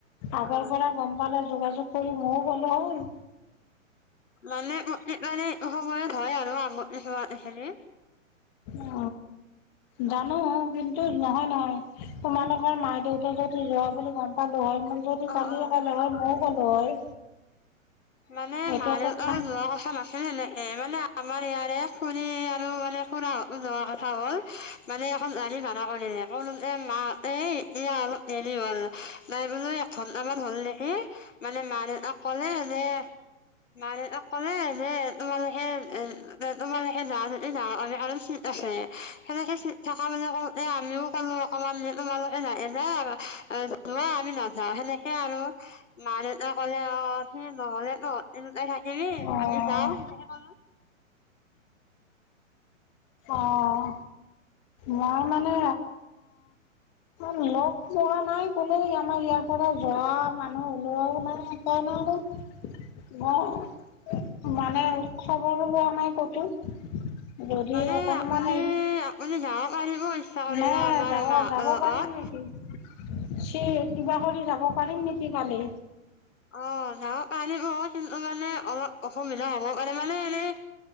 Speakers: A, on the left (about 30°); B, on the left (about 65°).
A: আগৰ
B: অ
A: পৰা গম পালে যোগাযোগ ক'লে মইও গ'লো হয়।
B: মানে প্ৰত্যেকবাৰে এইটো সময়ত হয় আৰু আম কিমান খেলি
A: অ, জানো কিন্তু নহয় নহয়। তোমালোকৰ মা
B: অ
A: দেউতা যদি যোৱা বুলি গম পালো হয় মোৰ যদি
B: অ
A: কালি
B: অ।
A: কালো হয় ময়ও গলো হয়।
B: মানে
A: এতিয়াতো
B: মা দেউতাও
A: খান
B: যোৱা কথা নাছিলে এনেকে মানে কৰি খুৰী আৰু মানে খুৰাহতো যোৱা কথা হ'ল। মানে এখন গাড়ী ভাড়া কৰিলে, কৰোঁতে মাহঁতে এই এয়া অলপ দেৰি হ'ল, নাই বোলো আমাৰ হ'ল দেখি মানে মা দেউতাক কলে যে মান তাক ক'লে যে তোমালোকে এ তোমালোকে য যদি যা কাৰমি আৰু চিন্তা সেনেকে থকা মানে ক এ আমিও কোনো অকমান তোমালোকে নাহ <unintelligible> আমি নাযাও সেনেকে আৰু মা দেউতা ক'লে। অ সেই নহলে নো এনেকৈ থাকিমেই
A: অ',
B: আমি যাও সেনেকে কলো।
A: অঁ মই মানে <unintelligible> লগ পোৱা নাই কোনে আমাৰ ইয়াৰ পৰা যোৱা মানুহ ওলোৱাও নাই সেইকাৰণে আৰু <unintelligible> মানে খবৰো লোৱা নাই ক'তো, যদি
B: মানে
A: অকণমান
B: আপুনি
A: এই
B: আপুনি যাব পাৰিব ইচ্ছা কৰিলে
A: নাই
B: আমাৰ
A: যাব
B: মাহঁতৰ
A: যাব
B: লগত
A: পাৰিম নেকি? স কিবা কৰি যাব পাৰিম নেকি কালি?
B: অ' <unintelligible> মানে অলপ অসমীয়া নহ'ব পাৰে মানে এনেই